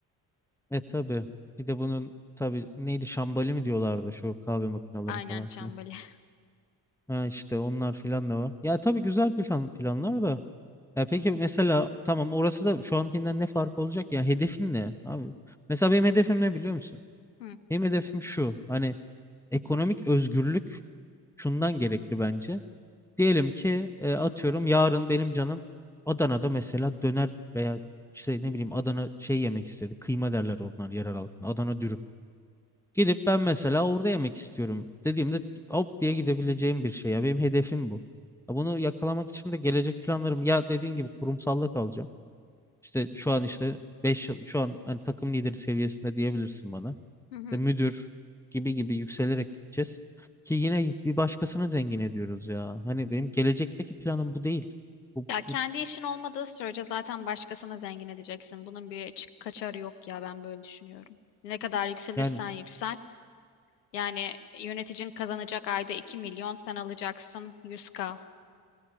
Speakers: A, in the centre; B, on the left (about 80°).
A: E tabii. Bir de bunun tabii neydi şambali mi diyorlardı şu kahve makineleri
B: Aynen
A: falan
B: Çambali.
A: filan.
B: <laughs>
A: Ha işte onlar filan da var. Ya tabii güzel plan, planlar da. Ya peki mesela tamam orası da şu ankinden ne fark olacak? Ya hedefin ne abi? Mesela benim hedefim ne biliyor musun?
B: Hı,
A: Benim hedefim şu. Hani ekonomik özgürlük şundan gerekli bence. Diyelim ki e, atıyorum yarın benim canım Adana'da mesela döner veya işte ne bileyim Adana şey yemek istedi. Kıyma derler onlar yerel halkında. Adana dürüm. Gidip ben mesela orada yemek istiyorum dediğimde hop diye gidebileceğim bir şey. Ya benim hedefim bu. Ya bunu yakalamak için de gelecek planlarım ya dediğin gibi kurumsallık alacağım. İşte şu an işte 5 yıl şu an hani takım lideri seviyesinde diyebilirsin bana
B: hı hı.
A: işte müdür gibi gibi yükselerek gideceğiz. Ki yine bir başkasını zengin ediyoruz ya. Hani benim gelecekteki planım bu değil. Bu,
B: Ya kendi
A: bu
B: işin olmadığı sürece zaten başkasına zengin edeceksin. Bunun bir çık- kaçarı yok ya ben böyle düşünüyorum. Ne kadar yükselirsen
A: yani
B: yüksel. Yani yöneticin kazanacak ayda iki milyon sen alacaksın yüz k